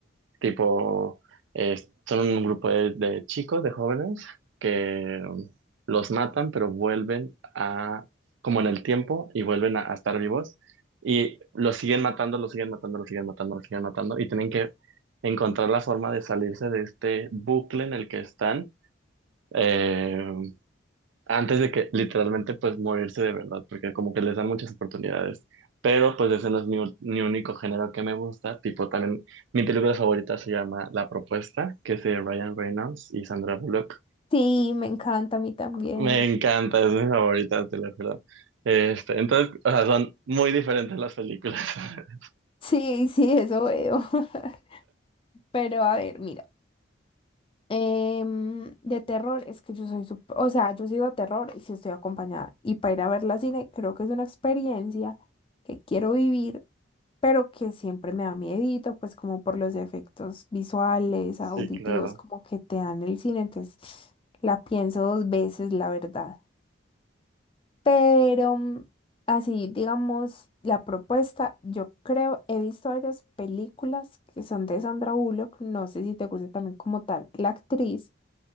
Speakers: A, on the right; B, on the left.
A: tipo, es- son un grupo de, de chicos, de jóvenes, que um, los matan, pero vuelven a, como en el tiempo, y vuelven a, a estar vivos. Y los siguen matando, los siguen matando, los siguen matando, los siguen matando. Y tienen que encontrar la forma de salirse de este bucle en el que están. eh, antes de que literalmente pues morirse de verdad, porque como que les dan muchas oportunidades. Pero pues ese no es mi, ul- mi único género que me gusta, tipo también mi película favorita se llama La Propuesta, que es de Ryan Reynolds y Sandra Bullock.
B: Sí, me encanta a mí también.
A: Me encanta, es mi favorita, te lo juro. Este, entonces, o sea, son muy diferentes las películas. <laughs>
B: Sí, sí, eso veo. <laughs> Pero a ver, mira, em, de terror es que yo soy súper, o sea, yo sigo a terror y si estoy acompañada. Y para ir a ver la cine, creo que es una experiencia que quiero vivir, pero que siempre me da miedito, pues como por los efectos visuales,
A: Sí,
B: auditivos,
A: claro.
B: como que te dan el cine. Entonces, la pienso dos veces, la verdad. Pero mm, así, digamos, la propuesta, yo creo, he visto varias películas que son de Sandra Bullock, no sé si te gusta también como tal la actriz,